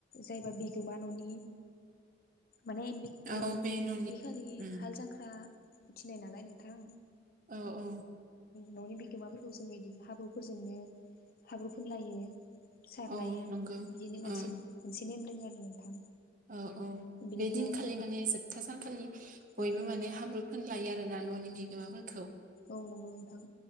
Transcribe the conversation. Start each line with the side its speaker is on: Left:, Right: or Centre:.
Left: जायबा बिगोमा ननि माने बे
Right: औ
Left: ओ
Right: बे न'नि
Left: बेखालि
Right: उम
Left: हाल जांख्रा उथिनाय नालाय नोंथां
Right: औ औ
Left: ननि बिगोमाफोरखौ जोङो इदि हाब्रुफोरजोंनो हाब्रु फुनलायो। सारलायो
Right: औ नंगौ
Left: बिदिनो मानसि
Right: औ
Left: मोनसे नेम दोङो आरो नोंथां
Right: औ औ
Left: बिनिफ्राय
Right: बे दिनखालि माने जोबथा सानखालि बयबो
Left: औ औ
Right: माने हाब्रु फोनलायो आ होना ननि बिगोमाफोरखौ
Left: औ नंगौ नोंथां